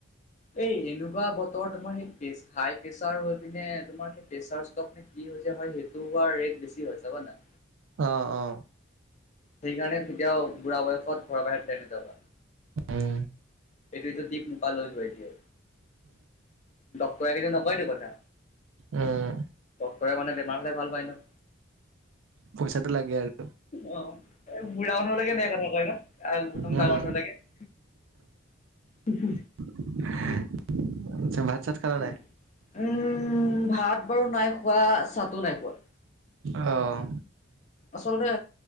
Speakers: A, on the left; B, on the right.
A: এই এনেকুৱা বতৰত তোমাৰ সেই হাই প্ৰেচাৰ হৈ পিনে তোমাৰ সেই প্ৰেছাৰ ষ্ট্ৰ'ক কি হয় যে, সেইটো আৰু ৰেট বেছি হয় ছাবা না
B: অ অ
A: সেইকাৰণে কেতিয়াও বুঢ়া বয়ত ঘৰৰ বাহিত ওলাই নাযাব।
B: উম
A: এইটোতো দীপ মুপা লৈ গৈ আছে <unintelligible> কথা
B: উম,
A: ডক্টৰে মানে বেমাৰ হোলেই ভাল পায় ন
B: পইচাটো লাগে আৰু
A: অ বুঢ়া মানুহ বিলাকে এনেকা কথা কয় অ ম
B: উম,
A: ডাঙৰ <unintelligible> হু
B: <unintelligible> পিছে ভাত চাত খালা নাই?
A: <unintelligible> উম ভাত বাৰু নাই খোৱা চাতো নাই খোৱা
B: অঁ
A: আচলতে